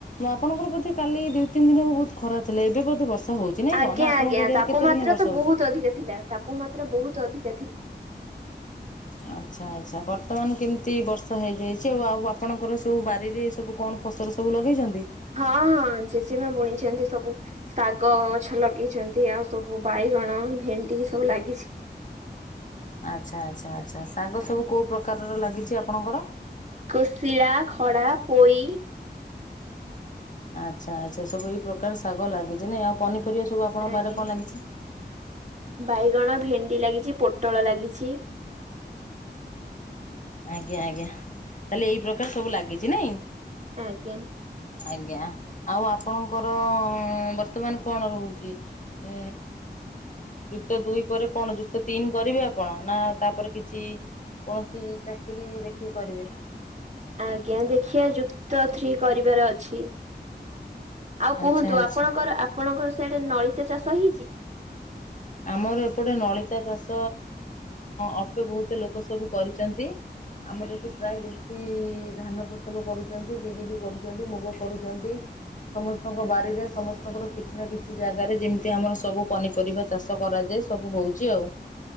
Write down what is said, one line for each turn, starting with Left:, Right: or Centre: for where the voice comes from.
Left: ଆପଣଙ୍କର ପ୍ରତି କାଲି ଦିଇ ତିନି ଦିନ ବହୁତ ଖରା ଥିଲେ ଏବେ ବୋଧେ ବର୍ଷା ହେଉଛି ନାଇଁ
Right: ଆଜ୍ଞା
Left: କଣ ନା ଆପଣଙ୍କ
Right: ଆଜ୍ଞା
Left: ଏରିଆରେ
Right: ତାପମାତ୍ରା
Left: କେତେ ଦିନ ବର୍ଷା
Right: ତ
Left: ହେଉଛି?
Right: ବହୁତ ଅଧିକା ଥିଲା ତାପମାତ୍ରା ବହୁତ ଅଧିକା ଥିଲା।
Left: ଆଛା ଆଛା ବର୍ତ୍ତମାନ କେମିତି ବର୍ଷା ହେଇଯାଇଛି ଆଉ ଆଉ ଆପଣଙ୍କର ସବୁ ବାରିରେ ସବୁ କଣ ଫସଲ ସବୁ ଲଗେଇଛନ୍ତି?
Right: ହଁ ହଁ ଜେଜେମା ବୁଣିଛନ୍ତି ସବୁ ଶାଗ ଗଛ ଲଗେଇଛନ୍ତି ଆଉ ସବୁ ବାଇ ଗଣ ଭେଣ୍ଡି ସବୁ ଲାଗିଛି।
Left: ଆଛା ଆଛା ଆଛା ଶାଗ ସବୁ କୋଉ ପ୍ରକାରର ଲାଗିଛି ଆପଣଙ୍କର?
Right: କୋଶିଳା ଖଡ଼ା ପୋଇ
Left: ଆଛା ଆଛା ସବୁ ଏଇ ପ୍ରକାର ଶାଗ ଲାଗିଛି ନାଇଁ ଆଉ ପନିପରିବା ସବୁ ଆପଣଙ୍କ
Right: ଆଜ୍ଞା।
Left: ବାରିରେ କଣ ଲାଗିଛି?
Right: ବାଇଗଣ ଭେଣ୍ଡି ଲାଗିଛି ପୋଟଳ ଲାଗିଛି।
Left: ଆଜ୍ଞା ଆଜ୍ଞା ତାହେଲେ ଏଇ ପ୍ରକାର ସବୁ ଲାଗିଛି ନାଇଁ?
Right: ଆଜ୍ଞା
Left: ଆଜ୍ଞା ଆଉ ଆପଣଙ୍କର ବର୍ତ୍ତମାନ କଣ ରହୁଛି? ଏ ଯୁକ୍ତ ଦୁଇ ପରେ କଣ ଯୁକ୍ତ ତିନି କରିବେ ଆପଣ ନା ତାପରେ କିଛି କୌଣସି ଚାକିରି ଦେଖିକି କରିବେ।
Right: ଆଜ୍ଞା ଦେଖିବା ଯୁକ୍ତ ଥ୍ରୀ କରିବାର ଅଛି। ଆଉ କୁହନ୍ତୁ
Left: ଆଚ୍ଛା ଆଚ୍ଛା।
Right: ଆପଣଙ୍କର ଆପଣଙ୍କର ସେଇଡେ ନଳତା ଚାଷ ହେଇଛି?
Left: ଆମର ଏପଟେ ନଳ ଲଳିତା ଚାଷ ଅଳ୍ପ ବହୁତେ ଲୋକ ସବୁ କରିଛନ୍ତି। ଆମର ଏଠି ପ୍ରାୟ ବେଶୀ ଧାନ ଫସଲ କରୁଛନ୍ତି ବିରି ବିି କରୁଛନ୍ତି ମୁଗ କରୁଛନ୍ତି। ସମସ୍ତଙ୍କ ବାରି ରେ ସମସ୍ତଙ୍କର କିଛି ନା କିଛି ଜାଗାରେ ଯେମିତି ଆମର ସବୁ ପନିପରିବା ଚାଷ କରାଯାଏ ସବୁ ହେଉଛି ଆଉ।